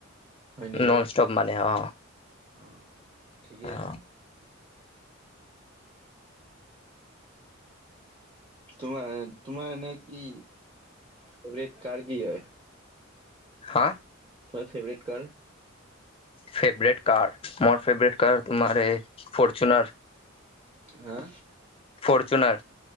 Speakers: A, on the right; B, on the left.
A: হয় নেকি
B: ন'ন ষ্টপ মানে অ'।
A: অ', ঠিকে
B: অ'।
A: আছে। তোমাৰ তোমাৰ এনে কি ফেভৰেট কাৰ কি হয়?
B: হা?
A: তোমাৰ ফেভৰেট কাৰ?
B: ফেভৰেট কাৰ মোৰ ফেভাৰেট কাৰ তোমাৰ এই ফৰচুনাৰ।
A: হা?
B: ফৰ্চুনাৰ।